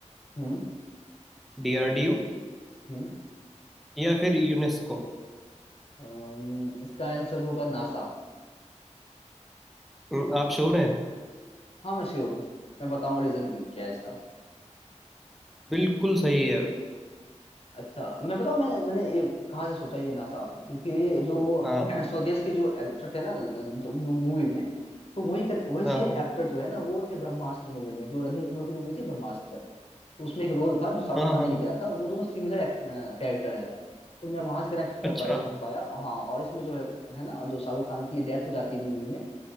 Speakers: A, on the left; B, in the centre.
A: हम्म
B: डीआरडीओ
A: हम्म
B: या फिर यूनेस्को
A: अम, इसका आंसर होगा नासा
B: हम्म, आप श्योर हैं
A: हाँ मैं श्योर हूँ मैं बताऊंगा रीजन क्यों क्या है इसका
B: बिल्कुल सही है
A: अच्छा मैं बताऊँ मैंने मैंने ये कहाँ से सोचा ये नासा क्योंकि जो
B: हाँ
A: <clears throat> स्वदेश के जो एक्टर थे ना मूवी में तो वही वही सेम
B: हाँ
A: एक्टर जो है ना वो थे ब्रह्मास्त्र मूवी में जो रणबीर कपूर की मूवी थी ब्रह्मास्त्र तो उसमें एक रोल था जो शाहरुख
B: हाँ
A: खान
B: हाँ
A: ने किया था वो दोनों सिमिलर कैरेक्टर है तो मैं वहां से कनेक्ट कर
B: अच्छा
A: पाया पाया हाँ और इसमें जो है है ना जो शाहरुख खान की डेथ हो जाती है मूवी में